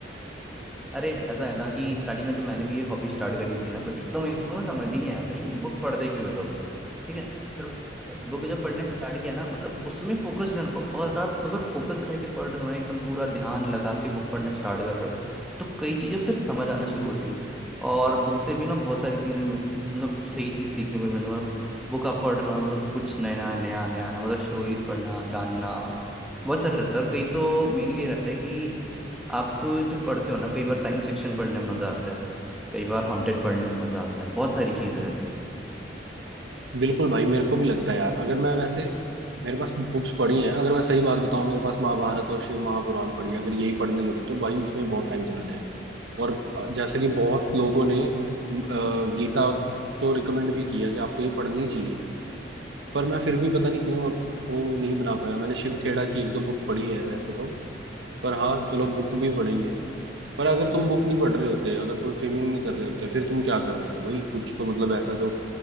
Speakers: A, in the centre; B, on the right (about 85°).
A: अरे ऐसा है ना कि स्टार्टिंग में जब मैंने भी ये हॉबी स्टार्ट करी थी ना तो एकदम इन लोगों को समझ ही नहीं आया भाई बुक पढ़ते क्यों है लोग ठीक है पर बुक जब पढ़ने स्टार्ट किया ना मतलब उसमें फोकस रहना पड़- और आप अगर फोकस रह के पढ़ रहे हो ना एकदम पूरा ध्यान लगा के बुक पढ़ने स्टार्ट कर रहे हो तो कई चीज़ें फिर समझ आना शुरू होती है और बुक से भी ना बहुत सारी चीज़ें मिल- मतलब सही चीज़ सीखने को मिल मतलब बुक आप पढ़ रहे हो मतलब कुछ नया नया नया नया मतलब स्टोरीज पढ़ना जानना बहुत सारा रहता है और कई तो मेनली रहता है कि आप जो पढ़ते हो ना कई बार साइंस फिक्शन पढ़ने में मज़ा आता है कई बार हॉन्टेड पढ़ने में मज़ा आता है बहुत सारी चीज़ें रहती है
B: बिल्कुल भाई मेरे को भी लगता है यार अगर मैं वैसे मेरे पास बुक्स पढ़ी हैं अगर मैं सही बात बताऊं मेरे पास महाभारत और शिव महापुराण पढ़ी है अगर यही पढ़ने लगूं तो भाई उसमें बहुत टाइम चला जाएगा और जैसे कि बहुत लोगों ने अ, गीता तो रिकमेंड भी किया कि आपको ये पढ़नी चाहिए पर मैं फिर भी पता नहीं क्यों वो नहीं बना पाया मैंने शिव खेड़ा की एक दो बुक पढ़ी है वैसे तो पर हाँ चलो बुक भी पढ़ेंगे पर अगर तुम बुक नहीं पढ़ रहे होते अगर तुम स्विमिंग नहीं कर रहे होते फिर तुम क्या कर रहे होते भाई कुछ तो मतलब ऐसा जो